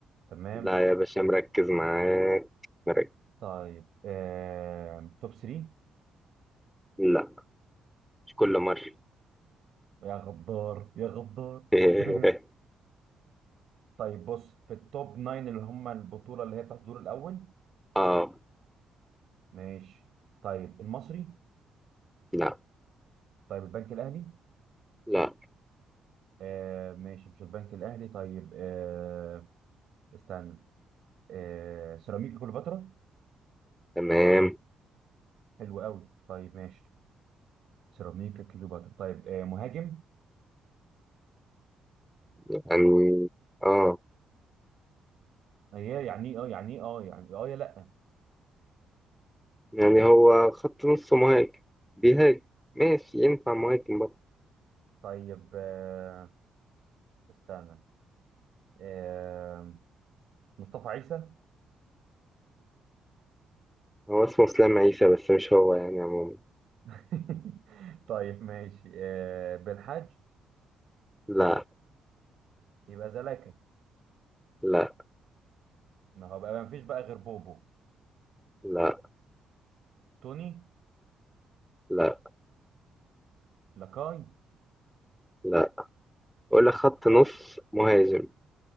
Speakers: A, on the right (about 70°); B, in the centre.
A: تمام
B: لا يا باشا مركز معاك مركز
A: طيب آه... توب 3
B: لا مش كل مرة
A: يا غدار يا غدار
B: <laughs>
A: <laughs> طيب بص في التوب 9 اللي هم البطولة اللي هي بتاعت الدور الأول
B: اه
A: ماشي طيب المصري
B: لا
A: طيب البنك الأهلي
B: لا
A: آه ماشي مش البنك الاهلي طيب آه استنى آه سيراميكا كليوباترا
B: تمام
A: حلو قوي طيب ماشي سيراميكا كليوباترا طيب آه مهاجم
B: يعني اه
A: هي يعني ايه اه يعني ايه اه يعني إيه؟ اه يا لا
B: يعني هو خط نص مهاجم بيهاجم ماشي ينفع مهاجم برضه
A: طيب آه استنى آه مصطفى عيسى
B: هو اسمه اسلام عيسى بس مش هو يعني عموما
A: <laughs> طيب ماشي آه بن حاج
B: لا
A: يبقى زلاكا
B: لا
A: ما هو بقى ما فيش بقى غير بوبو
B: لا
A: توني
B: لا
A: لاكاي
B: لا ولا خط
A: يس
B: نص مهاجم